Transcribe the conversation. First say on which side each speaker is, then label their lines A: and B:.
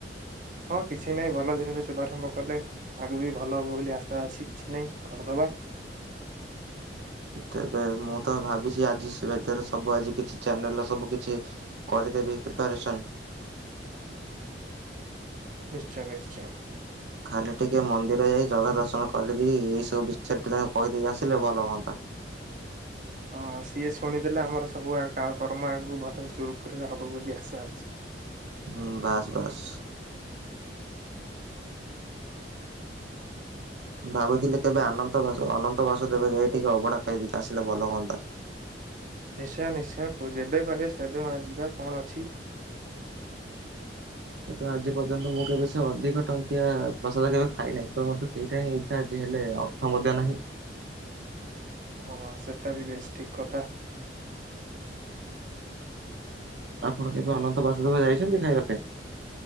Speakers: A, on the right; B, on the right.
A: ହଁ କିଛି ନାହିଁ ଭଲ ଦିନରେ ଶୁଭାରମ୍ଭ କଲେ ଆଗକୁ ବି ଭଲ ହବ ବୋଲି ଆଶା ଅଛି କିଛି ନାହିଁ କରିଦବା
B: ତେବେ ମୁଁ ତ ଭାବିଛି ଆଜି ସେ ଭିତରେ ସବୁ ଆଜି କିଛି ଚ୍ୟାନେଲ ସବୁ କିଛି କରିଦେବି ପ୍ରିପାରେସନ।
A: ନିଶ୍ଚୟ ନିଶ୍ଚୟ
B: ଖାଲି ଟିକେ ମନ୍ଦିର ଯାଇ ଜଗା ଦର୍ଶନ କରିଦେଇ ଏଇ ସବୁ ବିଷୟରେ ଟିକେ ତାଙ୍କୁ କହିଦେଇକି ଆସିଲେ ଭଲ ହୁଅନ୍ତା।
A: ହଁ ସିଏ ଶୁଣିଦେଲେ ଆମର ସବୁ କର୍ମ ଆଗକୁ ଭଲରେ ସୁରୁଖୁରୁରେ ହବ ବୋଲି ଆଶା ଅଛି।
B: ହୁଁ ବାସ୍ ବାସ୍। ଭାବୁଥିଲେ କେବେ ଆନନ୍ତ ବାସ ଅନନ୍ତ ବାସୁଦେବ ଯାଇ ଟିକେ ଅବଢା ଖାଇଦେଇକି ଆସିଲେ ଭଲ ହୁଅନ୍ତା।
A: ନିଶ୍ଚୟ ନିଶ୍ଚୟ କୁ ଯେବେ କହିବେ ସେବେ ଯିବା କଣ ଅଛି।
B: କିନ୍ତୁ ଆଜି ପର୍ଯ୍ୟନ୍ତ ମୁଁ କେବେ ସେ ଅଧିକ ଟଙ୍କିଆ ପ୍ରସାଦ କେବେ ଖାଇନାହିଁ ତ ମତେ ସେଇଟା ହିଁ ଇଚ୍ଛା ଆଜି ହେଲେ ଅର୍ଥ ମଧ୍ୟ ନାହିଁ।
A: ହଁ ସେଟା ବି ବେଶ ଠିକ କଥା।
B: ଆପଣ କେବେ ଅନନ୍ତ ବାସୁଦେବ ଯାଇଛନ୍ତି ଖାଇବା ପାଇଁ।